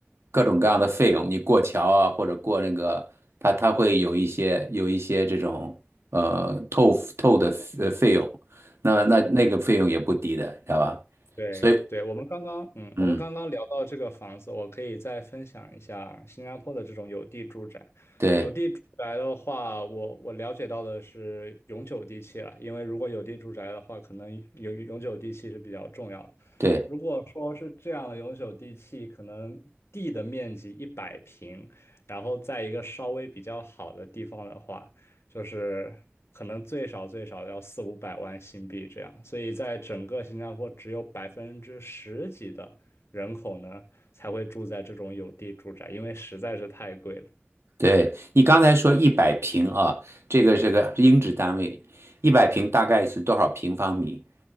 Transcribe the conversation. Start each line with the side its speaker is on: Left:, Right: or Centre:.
Right: 各种各样的费用，你过桥啊或者过那个它它会有一些有一些这种呃透透的呃费用，那那那个费用也不低的，
Left: 嗯。
Right: 知道吧？
Left: 对对，
Right: 所以
Left: 我们刚刚嗯，
Right: 嗯
Left: 我们刚刚聊到这个房子，我可以再分享一下新加坡的这种有地住宅。
Right: 对。
Left: 有地住宅的话，我我了解到的是永久地契了，因为如果有地住宅的话，可能永永久地契是比较重要的。
Right: 对
Left: 如果说是这样的永久地契，可能地的面积一百平，然后在一个稍微比较好的地方的话。就是可能最少最少要四五百万新币这样，所以在整个新加坡只有百分之十几的人口呢才会住在这种有地住宅，因为实在是太贵了。
Right: 对，你刚才说一百平啊，这个是个英制单位，一百平大概是多少平方米？